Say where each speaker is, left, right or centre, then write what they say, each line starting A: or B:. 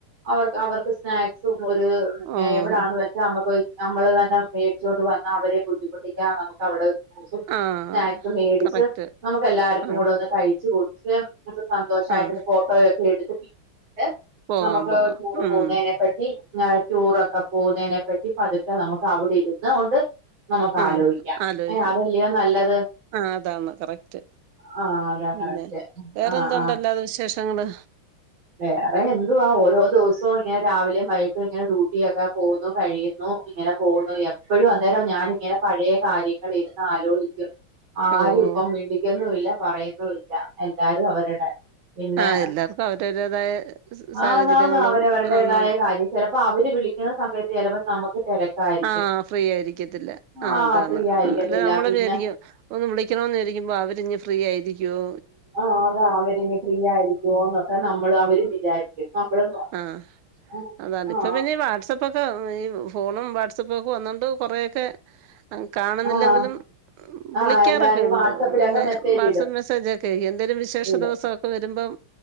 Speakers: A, on the right; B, on the right.
A: അവർക്ക് അവർക്ക് സ്നാക്ക്സ്. <unintelligible>
B: ഓഹ്
A: എവിടാന്ന് വെച്ചാ നമുക്ക് ഒരു. നമ്മള് തന്നെ മേടിച്ചുകൊണ്ട് വന്ന അവരെ ബുദ്ധിമുട്ടിക്കാതെ. അവിടെ ജ്യൂസും
B: ആഹ്
A: സ്‌നേക്കസും മേടിച്ച്
B: കറക്റ്റ്
A: നമുക്ക് എല്ലാവർക്കും
B: ആഹ്
A: കൂടെ ഒന്ന് കഴിച്ച്. <unintelligible> നമുക്ക് സന്തോഷമായിട്ട്
B: ആഹ്
A: ഫോട്ടോയൊക്കെ എടുത്ത്. ട്ട്
B: പോകാം
A: നമുക്ക്
B: പോകാം
A: ടൂറ്
B: ഉം
A: പോകുന്നതിനെ പറ്റി. നല്ല ടൂർ ഒക്കെ. പോകുന്നതിനെ പറ്റി പതുക്കെ നമുക്ക് അവിടെ ഇരുന്ന കൊണ്ട്. നമുക്ക്
B: ഉം
A: ആലോചിക്കാം
B: ആലോചിക്കാം,
A: ഏ അതല്ലയോ നല്ലത്
B: ആഹ് അതാണ് കറക്റ്റ്
A: ആ അതാ
B: പിന്നെ
A: കറക്റ്റ്
B: വേറെന്ത്
A: ആ ആ
B: ഉണ്ട് അല്ലാതെ വിശേഷങ്ങളെ.
A: വേറെ എന്തുവാ ഓരോ ദിവസവും ഇങ്ങനെ രാവിലെയും വൈകിട്ടും ഇങ്ങനെ ഡ്യൂട്ടിയൊക്കെ പോന്നു കഴിയുന്നു ഇങ്ങനെ പോകുന്നു എപ്പോഴും അന്നേരം ഞാനിങ്ങനെ പഴയ കാര്യങ്ങൾ ഇരുന്ന് ആലോചിക്കും. ആരും
B: ഓഹ്
A: ഇപ്പം മിണ്ടിക്കുന്നില്ല പറയുന്നുല്ല എല്ലാരും അവരുടെ, പിന്നെ.
B: ആഹ് <unintelligible> സാഹചര്യങ്ങളും
A: ആണാണാണ് അവരവരുടേതായ
B: അന്ന്
A: കാര്യം ചിലപ്പോ അവര്. വിളിക്കുന്ന സമയത്ത് ചിലപ്പോ നമുക്ക്. തിരക്കായിരിക്കും
B: ആഹ ഫ്രീ ആയിരിക്കത്തില്ല ആ്
A: ആഹ്
B: അതാണ്
A: ഫ്രീ ആയിരിക്കത്തില്ല
B: അല്ല നമ്മള
A: പിന്നെ
B: വിചാരിക്ക ഒന്ന് വിളിക്കണന്ന്ചരിക്കുമ്പോ അവരി ഫ്രീ ആയിരിക്കുമോ
A: ആ അതാ അവരിന് ഫ്രീ ആയിരിക്കുവോന്നൊക്കെ നമ്മൾ അവരും വിചാരിക്കും നമ്മള്
B: ആഹ്
A: ആഹ
B: അതാണ്
A: ആ
B: ഇപ്പൊ പിന്നെ ഈ <unintelligible> ഫോണും വാട്സപ്പൊക്കെ വന്നോണ്ട് കുറെക്കെ കാണുന്നില്ലെങ്കിലും
A: ആഹ് ആഹ്
B: വിളിക്കാറൊക്കെ
A: എല്ലാരും
B: ഉണ്ട്
A: വാട്സപ്പിലൊക്കെ
B: പിന്നെ
A: മെസ്സേജ്
B: വാട്സആപ്പ്
A: ഇടും
B: മെസ്സേജ ഒക്കെ എന്തേിലും വിശേഷ
A: ഇടും
B: ദിവസമൊക്കെ വരുമ്പം